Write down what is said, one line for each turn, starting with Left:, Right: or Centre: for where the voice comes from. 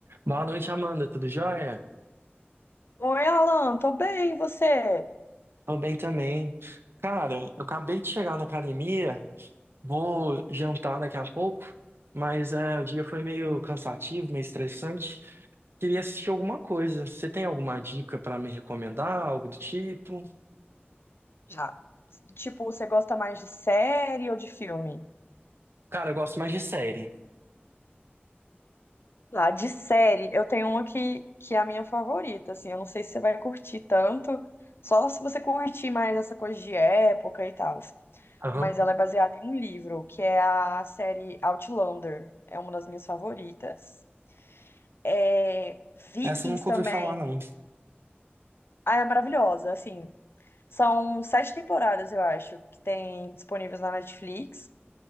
Right: Boa noite, Amanda. Tudo jóia?
Left: Oi, Alan, tô bem, e você?
Right: Tô bem também. Cara, eu acabei de chegar na academia, vou jantar daqui a pouco, mas é, o dia foi meio cansativo, meio estressante. Queria assistir alguma coisa. Você tem alguma dica pra me recomendar, algo do tipo?
Left: Já. Tipo, você gosta mais de série ou de filme?
Right: Cara, eu gosto mais de série.
Left: Ah, de série, eu tenho uma que, que é a minha favorita, assim, eu não sei se você vai curtir tanto, só se você curtir mais essa coisa de época e tal.
Right: Aham.
Left: Mas ela é baseada em um livro, que é a série Outlander, é uma das minhas favoritas. É, Vikings
Right: Essa eu nunca
Left: também,
Right: ouvi falar, não.
Left: ah, é maravilhosa, assim, são sete temporadas, eu acho, que tem disponíveis na Netflix.